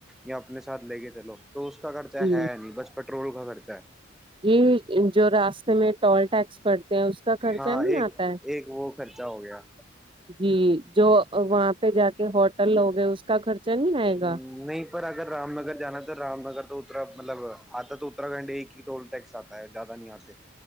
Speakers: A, in the centre; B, on the right (about 25°).
A: یا اپنے ساتھ لے کے چلو تو اس کا خرچہ
B: جی
A: ہے نہیں بس پٹرول کا خرچہ ہے
B: جی جو راستے میں ٹول ٹیکس پڑتے ہیں اس کا خرچہ
A: ہاں
B: نہیں
A: ایک
B: آتا ہے
A: ایک وہ خرچہ ہو گیا
B: جی جو وہاں پہ جا کے ہوٹل لوگے اس کا خرچہ نہیں آئے گا
A: ہ نہیں پر اگر رام نگر جانا تو رام نگر تو اترا مطلب آتا تو اتراکنڈ ایک ہی ٹول ٹیکس آتا زیادہ نہیں آتے